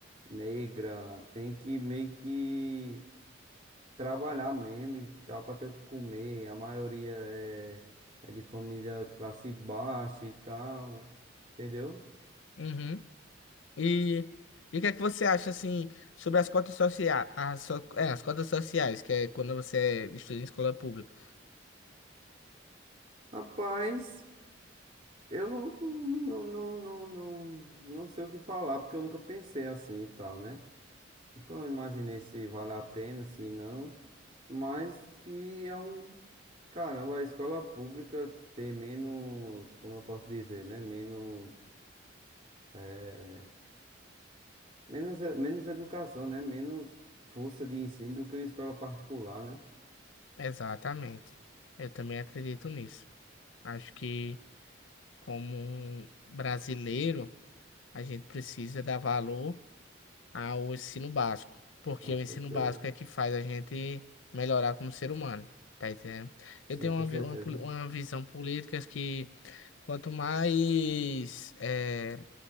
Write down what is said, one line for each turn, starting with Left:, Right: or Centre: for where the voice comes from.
Right: negra, tem que meio que trabalhar mesmo e tal, para ter o que comer. A maioria é, é de família classe baixa e tal, entendeu?
Left: Uhum. E, e o que é que você acha, assim, sobre as cotas sociais? As, so- é, as cotas sociais, que é quando você estuda em escola pública.
Right: Rapaz. Eu não, não, não, não, não, não sei o que falar, porque eu nunca pensei assim e tal, né? Nunca imaginei se vale a pena, se não. Mas que é um. Caramba, a escola pública ter menos. Como eu posso dizer, né? Menos. é, Menos, eh, menos educação, né? Menos força de ensino do que uma escola particular, né?
Left: Exatamente. Eu também acredito nisso. Acho que, como um brasileiro. a gente precisa dar valor ao ensino básico, porque
Right: Com
Left: o ensino
Right: certeza.
Left: básico é que faz a gente melhorar como ser humano, tá entendendo?
Right: Sim,
Left: Eu tenho
Right: com
Left: uma,
Right: certeza.
Left: vi- uma, poli- uma visão política que quanto mais eh,